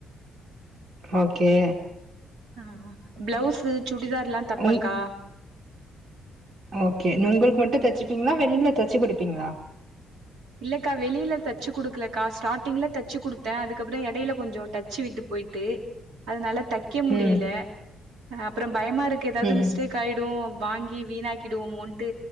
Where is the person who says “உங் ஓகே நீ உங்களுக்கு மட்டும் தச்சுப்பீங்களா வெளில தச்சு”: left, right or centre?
Right